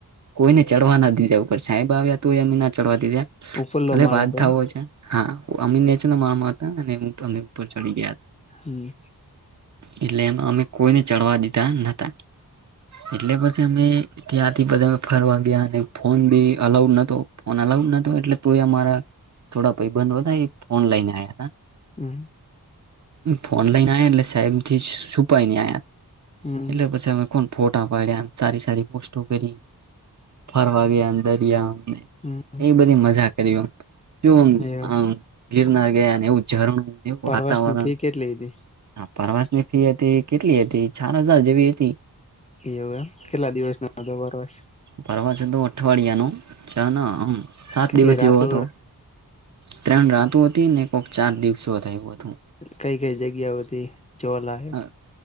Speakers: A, on the right (about 50°); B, on the left (about 20°).
A: કોઈને ચઢવા ના દીધા. પણ સાહેબ આવ્યા તોય અમે ના ચડવા દીધા,
B: ઉપરલો
A: ભલે
B: માળો
A: વાત
B: હતો
A: થાઓ
B: એમ
A: છે. હા અમે <unintelligible> મારા માતા અને હું, અમે ચડી ગયા.
B: હમ્મ.
A: એટલે એમ અમે કોઈને ચડવા દીધા નતા. એટલે પછી અમે ત્યાંથી બધા ફરવા ગયા, અને ફોન ભી અલાઉડ નતો, ફોન અલાઉડ નતો એટલે તોય અમારા થોડા ભાઇબંધો હતા ઈ ફોન લઈને આયા તા.
B: હમ્મ.
A: ફોન લઈને આયા એટલે સાહેબથી છુપાઈ ને આયા,
B: હમ
A: એટલે
B: હમ
A: પછી અમે ફોન ફોટા પાડ્યાને, સારી-સારી પોસ્ટો કરી. ફરવા ગયા અન દરિયા અમે,
B: હમ
A: એવી બધી મજા કરી. <unintelligible>
B: એ
A: આમ ગિરનાર ગયા, ને એવું ઝરણું, એવું
B: પરવાસ
A: વાતાવરણ
B: ની ફી કેટલી હતી
A: હા પરવાસની ફી હતી, કેટલી હતી? ચાર હજાર જેવી હતી.
B: એવું એમ. કેટલા દિવસનો હતો પરવાસ?
A: પરવાશ હતો અઠવાડિયાનો, ચ ના આમ સાત
B: કેટલી
A: દિવસ
B: રાતો
A: જેવો હતો. ત્રણ રાતો હતી ને, એક કોક ચાર દિવસો હતા, એવું હતું.
B: કઈ કઈ જગ્યા હતી જોવાલાયક
A: અહ